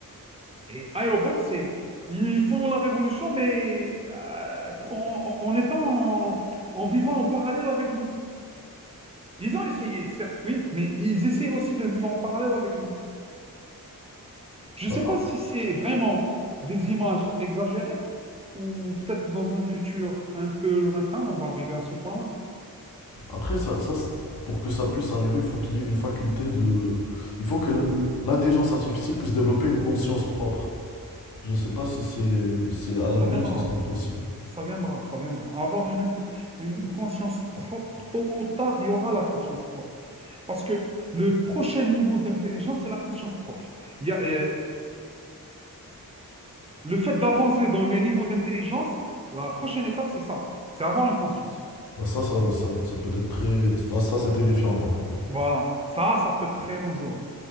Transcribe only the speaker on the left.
Bah,
après, ça, ça, c'est- pour que ça puisse arriver, il faut qu'il y ait une faculté de... Il faut que l- l'intelligence artificielle puisse développer une conscience propre. Je ne sais pas si c'est, si à l'avenir
ce sera possible.
Ah, Ça, ça, ça, ça peut être très... Là, ça, c'est terrifiant, par contre.